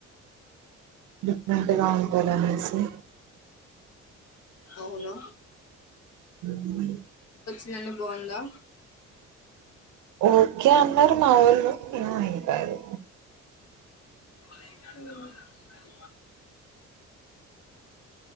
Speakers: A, on the right; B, on the left.
A: డిఫరెంట్గా ఉంటదనేసి
B: అవునా
A: ఉమ్
B: ఇలానే బాగుందా
A: ఓకే అన్నరు మావోళ్ళు ఏమో ఇంక అది
B: ఆహా